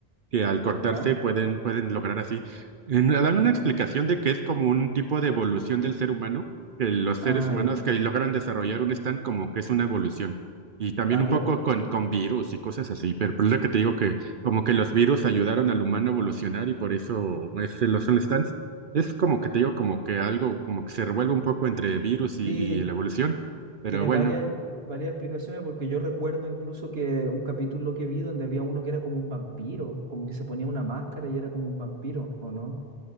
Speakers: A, on the right; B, on the right.
A: que al cortarse
B: ¿Ya?
A: pueden, pueden lograr así. En- Dan una explicación de que es como un tipo de evolución del ser humano, que los seres
B: Ah,
A: humanos
B: ya.
A: que logran desarrollar un stand como que es una evolución. Y también
B: Ah,
A: un
B: claro.
A: poco con, con virus y cosas así, pero por lo que te digo que como que los virus ayudaron al humano a evolucionar y por eso es, los son stands. Es como que te digo como que algo como que se revuelve un poco entre virus y,
B: Sí,
A: y la evolución, pero
B: Tiene
A: bueno.
B: varias, expl- varias explicaciones porque yo recuerdo incluso que un capítulo que vi donde había uno que era como un vampiro, como que se ponía una máscara y era como un vampiro, ¿o no?